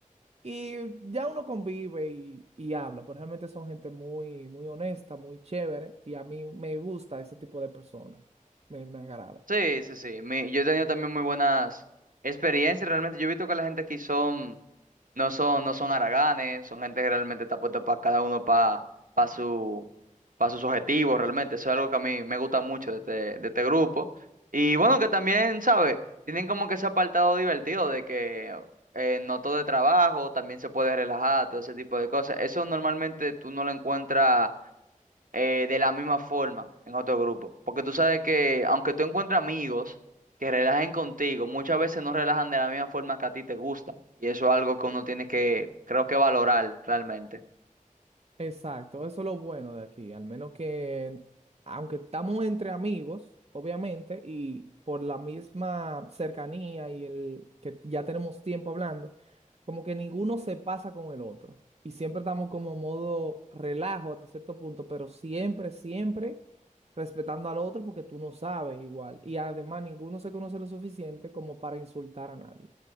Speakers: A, on the right; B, on the right.
A: y ya uno convive y, y habla, pero realmente son gente muy, muy honesta, muy chévere, y a mí me gusta ese tipo de personas. Me, me agrada.
B: Sí, sí, sí. Mi- yo he tenido también muy buenas experiencias realmente. Yo he visto que la gente aquí son, no son, no son haraganes, son gente que realmente está puesta para cada uno para para su, para sus objetivos realmente. Eso es algo que a mí me gusta mucho de este, de este grupo. Y bueno, que también, ¿sabes? Tienen como que ese apartado divertido de que eh, no todo es trabajo, también se puede relajar, todo ese tipo de cosas. Eso normalmente tú no lo encuentras eh, de la misma forma en otro grupo. Porque tú sabes que aunque tú encuentres amigos que relajen contigo, muchas veces no relajan de la misma forma que a ti te gustan. Y eso es algo que uno tiene que, creo que valorar realmente,
A: Exacto, eso es lo bueno de aquí, al menos que, aunque estamos entre amigos, obviamente, y por la misma cercanía y el que ya tenemos tiempo hablando, como que ninguno se pasa con el otro. Y siempre estamos como modo relajo hasta cierto punto, pero siempre, siempre respetando al otro porque tú no sabes igual. Y además ninguno se conoce lo suficiente como para insultar a nadie.